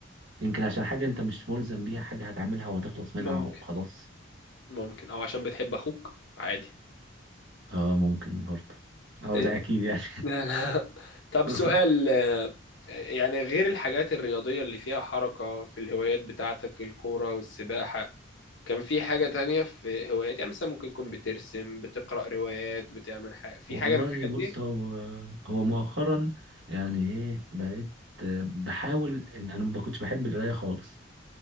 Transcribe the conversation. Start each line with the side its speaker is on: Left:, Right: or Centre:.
Right: يمكن عشان حاجه انت مش ملزم بيها حاجه هتعملها وهتخلص منها
Left: ممكن
Right: وخلاص
Left: ممكن او عشان بتحب اخوك عادي
Right: اه ممكن برضه اه
Left: إيه.
Right: ده اكيد يعني
Left: <laughs> طب
Right: <laughs>
Left: سؤال آه، يعني غير الحاجات الرياضية اللي فيها حركة في الهوايات بتاعتك الكورة والسباحة كان في حاجة تانية في هوايات يعني مثلا ممكن تكون بترسم بتقرأ روايات بتعمل حاجة في
Right: والله
Left: حاجة من الحاجات
Right: بص
Left: دي؟
Right: هو هو مؤخرا يعني ايه بقيت بحاول ان انا ما كنتش بحب القرايه خالص